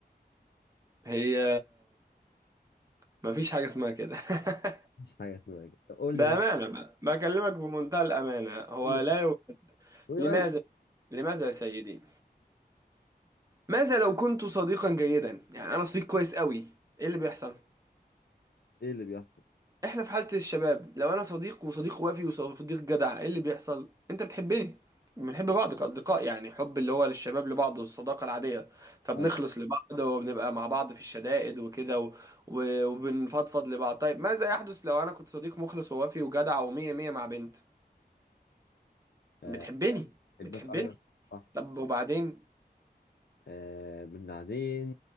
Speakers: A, on the right; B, on the left.
A: هي مفيش حاجة اسمها كده <laughs>
B: مش حاجة اسمها كده طب قول
A: بأمانة
B: لي رأيك
A: بقى بكلمك بمنتهى الأمانة هو
B: قول لي
A: لا
B: رأيك
A: يوجد
B: قول لي
A: لماذا
B: رأيك
A: لماذا يا سيدي ماذا لو كنت صديقا جيدا يعني أنا صديق كويس قوي إيه اللي بيحصل
B: إيه اللي بيحصل؟
A: إحنا في حالة الشباب لو أنا صديق وصديق وافي وصديق جدع إيه اللي بيحصل أنت بتحبني بنحب بعض كأصدقاء يعني حب اللي هو للشباب لبعض والصداقة العادية فبنخلص
B: أيوة
A: لبعض وبنبقى مع بعض في الشدائد وكده و... و... وبنفضفض لبعض طيب ماذا يحدث لو أنا كنت صديق مخلص ووافي وجدع ومية مية مع بنت
B: آه،
A: بتحبني
B: بحبك
A: بتحبني
B: أيوة صح
A: طب وبعدين
B: آه، بعدين